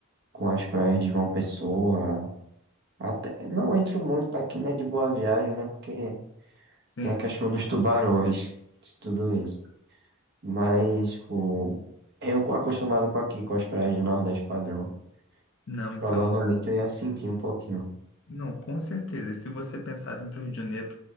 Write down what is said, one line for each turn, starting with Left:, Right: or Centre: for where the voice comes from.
Right: com as praias de João Pessoa, Até, não entro muito aqui, né, de Boa Viagem, né? Porque
Left: Sim,
Right: tem a questão dos tubarões, tudo isso. Mas, tipo, eu acostumado com aqui, com as praias do Nordeste padrão,
Left: não, então,
Right: provavelmente eu ia sentir um pouquinho.
Left: não, com certeza, e se você pensava em ir para o Rio de Janeiro,